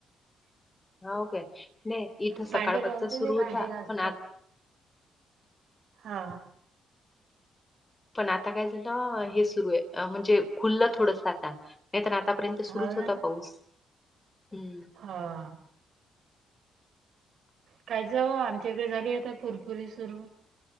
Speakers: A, on the left (about 20°); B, on the right (about 70°).
A: हा के नाही इथं
B: भांडे
A: सकाळपचचाच
B: राहून दे
A: सुरू
B: मी
A: होता
B: भांडे घासतो
A: पण आज.
B: हा.
A: पण आता काय झालं हे सुरू आहे, म्हणजे खुललं थोडस आता. नाही तर आतापर्यंत सुरुच
B: हा
A: होता,
B: ना
A: पाऊस हम्म. <inaudible>
B: हा काय जाव आमच्या इकडे झाली, आता पुरपुरी सुरू.